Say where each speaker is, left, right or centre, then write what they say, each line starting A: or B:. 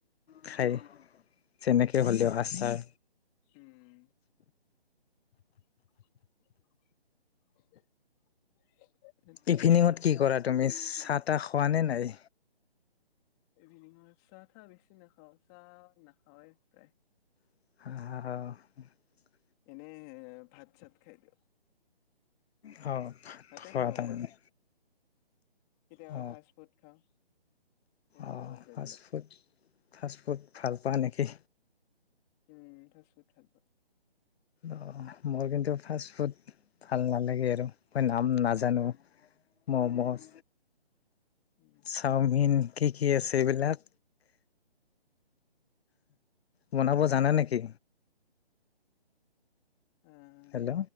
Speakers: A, on the left (about 75°); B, on the left (about 15°).
A: খাই
B: অ
A: যেনেকে হ'লেও, আচাৰ।
B: উম <unintelligible>
A: ইভিনিঙত কি কৰা? তুমি চাত এটা খোৱা নে নাই?
B: ইভিনিঙত চাহ-তাহ বেছি নাখাও, চাহ নাখাৱেই প্ৰায়।
A: <unintelligible>
B: এনে ভাত-চাত খাই দিওঁ।
A: অ'
B: তাতে
A: খোৱা
B: খাওঁ
A: তাৰমানে
B: অকল। কেতিয়াবা
A: অ
B: ফাষ্টফুড খাওঁ। এই দোকানত
A: অ'
B: গৈ
A: ফাষ্টফুড,
B: পেলাই
A: ফাষ্টফুড। ভাল পোৱা নেকি?
B: উম ফাষ্টফুড ভাল পাওঁ।
A: অ' মই কিন্তু ফাষ্টফুড ভাল নালাগে
B: উম
A: আৰু। মই নাম নাজানো, মম',
B: উম উম
A: চাওমিন কি কি আছে এইবিলাক? বনাব জানা নেকি?
B: অ'
A: হেল্ল'